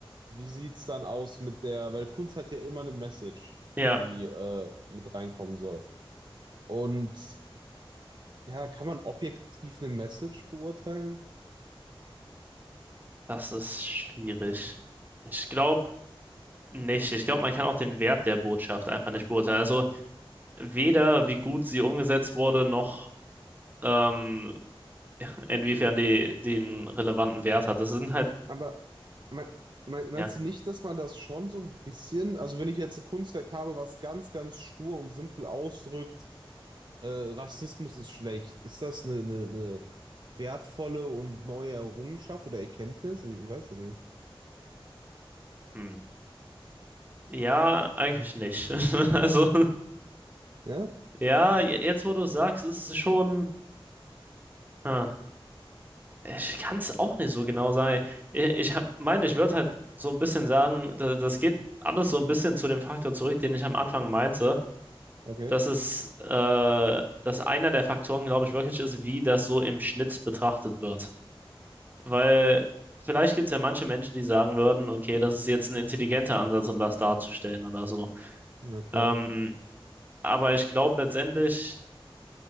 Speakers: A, on the right; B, on the right.
A: wie sieht es dann aus mit der, weil Kunst hat ja immer eine Message,
B: ja,
A: die äh, mit reinkommen soll. Und ja, kann man objektiv eine Message beurteilen?
B: das ist schwierig. Ich glaube nicht. Ich glaube, man kann auch den Wert der Botschaft einfach nicht beurteilen. Also weder wie gut sie umgesetzt wurde, noch ähm, inwiefern die den relevanten Wert hat. Das sind halt,
A: Aber me me meinst
B: ja.
A: du nicht, dass man das schon so ein bisschen, also wenn ich jetzt ein Kunstwerk habe, was ganz, ganz stur und simpel ausdrückt, äh, Rassismus ist schlecht, ist das eine, eine, eine wertvolle und neue Errungenschaft oder Erkenntnis? Ich, ich weiß es nicht.
B: hm. Ja, eigentlich nicht. <laughs> Also,
A: Ja?
B: ja, je- jetzt wo du es sagst, ist es schon. Ah, ich kann es auch nicht so genau sagen. Ich, ich hab, meine, ich würde halt so ein bisschen sagen, da, das geht alles so ein bisschen zu dem Faktor zurück, den ich am Anfang meinte.
A: Okay.
B: Das ist, äh, dass einer der Faktoren, glaube ich, wirklich ist, wie das so im Schnitt betrachtet wird. Weil vielleicht gibt es ja manche Menschen, die sagen würden, okay, das ist jetzt ein intelligenter Ansatz, um das darzustellen oder so.
A: Okay.
B: Ähm, aber ich glaube letztendlich